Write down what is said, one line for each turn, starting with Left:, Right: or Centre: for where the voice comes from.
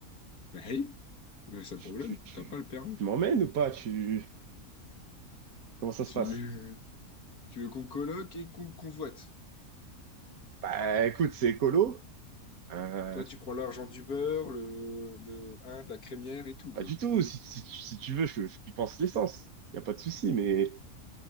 Left: Bah, hey, mais c'est
Right: Tu,
Left: le problème,
Right: tu, tu,
Left: t'as pas le permis.
Right: tu m'emmènes ou pas? Tu... Comment ça se
Left: Tu,
Right: passe?
Left: <laughs> tu veux qu'on coloque et qu'on convoite.
Right: Bah écoute, c'est écolo. Euh,
Left: Toi, tu prends l'argent du beurre, le, le, hein, de la crémière et tout,
Right: pas
Left: toi.
Right: du tout. Si, si, si tu veux, je, je pense l'essence. Y a pas de souci, mais